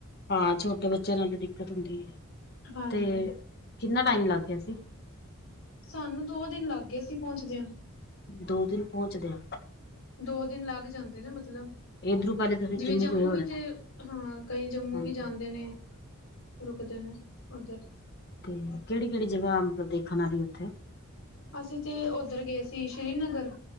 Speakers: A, on the left; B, on the left.
A: ਹਾਂ ਛੋਟੇ ਬੱਚਿਆਂ ਨਾਲ ਤੇ ਦਿੱਕਤ ਹੁੰਦੀ ਹੈ
B: ਹਾਂਜੀ
A: ਤੇ ਕਿੰਨਾ ਟਾਈਮ ਲੱਗ ਗਿਆ ਸੀ?
B: ਸਾਨੂੰ ਦੋ ਦਿਨ ਲੱਗ ਗਏ ਅਸੀਂ ਪਹੁੰਚਦੇ ਹਾਂ
A: ਦੋ ਦਿਨ ਪਹੁੰਚਦੇਆਂ
B: ਦੋ ਦਿਨ ਲੱਗ ਜਾਂਦੇ ਨੇ ਮਤਲਬ
A: ਇਧਰੋਂ ਪਹਿਲੇ ਤੁਸੀਂ
B: ਜਿਵੇਂ ਜੰਮੂ
A: ਗਏ ਹੋਣੇ
B: ਵੀ
A: ਨਾ।
B: ਤੇ ਹਾਂ ਕਈ ਜੰਮੂ
A: ਹਾਂਜੀ-ਹਾਂਜੀ।
B: ਵੀ ਜਾਂਦੇ ਨੇ ਰੁਕਦੇ ਨੇ ਉੱਧਰ
A: ਤੇ ਕਿਹੜੀ ਕਿਹੜੀ ਜਗ੍ਹਾ ਮਤਲਬ ਦੇਖਣ ਵਾਲੀ ਉੱਥੇ
B: ਅਸੀਂ ਤੇ ਉੱਧਰ ਗਏ ਸੀ ਸ਼੍ਰੀਨਗਰ